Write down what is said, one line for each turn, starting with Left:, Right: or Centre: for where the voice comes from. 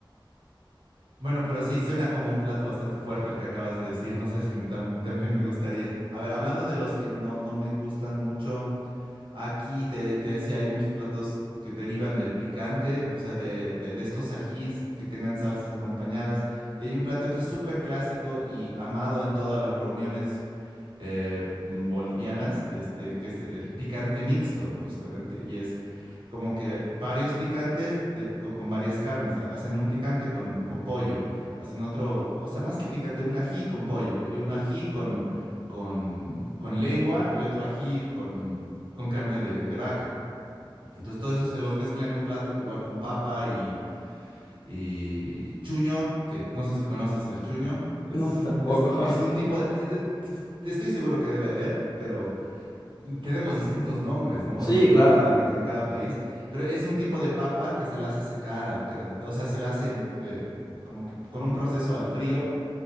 Right: Bueno, pero sí, suena como un plato bastante fuerte el que acabas de decir. No sé si tam- también me gustaría. A ver, hablando de los que no, no me gustan mucho, aquí te, te decía, hay muchos platos que derivan del picante, o sea, de, de, de estos ajís que tengan salsas acompañadas. Y hay un plato que es súper clásico y amado en todas las reuniones eh, mm, bolivianas, este, que es el picante mixto, justamente. Y es como que varios picantes de- con, con varias carnes. Ha- Hacen un picante con, con pollo, hacen otro, o sea, más que picante, un ají con pollo y un ají con, con, con lengua y otro ají con, con carne de, de vaca. Entonces todo eso se los mezcla en un plato igual con papa y, y y chuño, que no sé si conoces el chuño. Es,
Left: No, tampoco.
Right: es, es
Left: <laughs>
Right: un tipo, de- de- te- te estoy seguro que debe haber, pero tenemos distintos nombres, ¿no?
Left: Sí,
Right: Yo creo
Left: claro.
Right: en cada, en, en cada país, pero es un tipo de papa que se la hace secar, al, que- o sea, se la hace eh, como que con un proceso al frío,